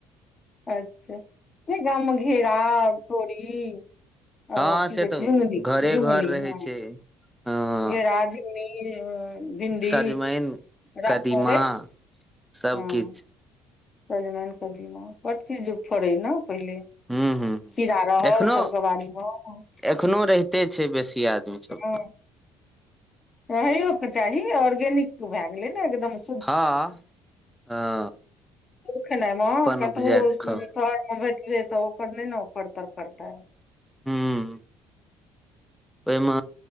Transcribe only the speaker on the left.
अच्छा नहि गाम में घेरा, तोरी
ओ की
कहै छै
झुगनी
झुगनी
हँ
घेरा, झुग भिअ भिंडी,
रामतोरै
हॅं- - सजमेन, कदीमा, बडचीज फड़ै न पहिले।
खिरा रहल
सभके बारी म- -
हँ
रहैयो के चाही ऑर्गेनिक भए गेलै ने एकदम- -
ओ खेनाय महग कतबो
शहर में भेटलै ओ -- पर नै न ओ परतर परतै- -